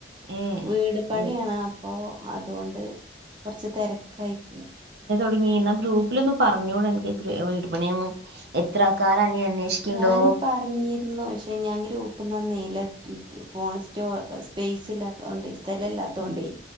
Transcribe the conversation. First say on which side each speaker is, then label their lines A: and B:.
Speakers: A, on the right; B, on the right.
A: ഏ
B: വീട് പണിയാണ്
A: എ-
B: അപ്പൊ അതുകൊണ്ട് കൊറച്ച് തിരക്കായി പോയി
A: ഏ ന്ന ഗ്രൂപ്പിലൊന്ന് പറഞ്ഞൂടെ അനക്ക് വീട് പണിയാന്ന് എത്ര ആൾക്കാര അന്നെ അന്വേഷിക്കണ്ടോ
B: ഞാൻ പറഞ്ഞിരുന്നു പക്ഷെ ഞാൻ ഗ്രൂപ്പ്ന്ന് അന്നെ ലെഫ് ഫോൺ സ്റ്റോ സ്പേസ് ഇല്ലാത്തൊണ്ട് ലല്ലാത്തോണ്ടേയ്
A: ഉം.